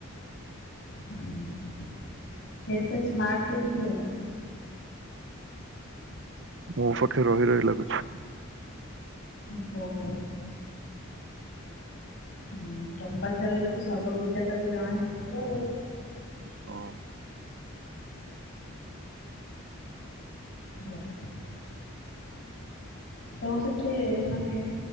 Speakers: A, on the left; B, on the right.
A: ସେଏତେ ସ୍ମାର୍ଟ କେମିତି ହେଲା?
B: ମୋ ପାଖେ ରହି ରହି ଲାଗୁଛି
A: ହୋ ହୋ ହୁଁ ତମ ପାଖରେ ରହିଲେ ତ ସବୁ ବିଦ୍ୟା ତାକୁ ଜଣା ହେଇ ଯିବ।
B: ହଁ
A: ବଢିଆ ତ ସେଠି ମାନେ